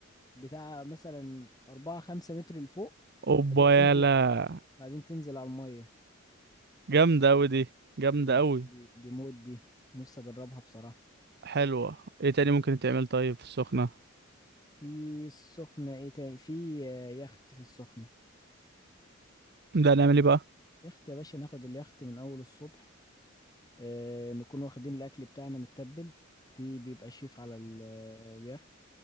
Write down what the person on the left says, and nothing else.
بتاع مثلا أربعة خمسة متر لفوق
بعدين تنزل
بعدين تنزل على المية
دي
دي, دي مود دي نفسي أجربها بصراحة
في السخنة ايه تاني في آه، يخت في السخنة
يخت يا باشا ناخد اليخت من أول الصبح آه نكون واخدين الأكل بتاعنا متبل في بيبقى شيف على ال- آه، اليخت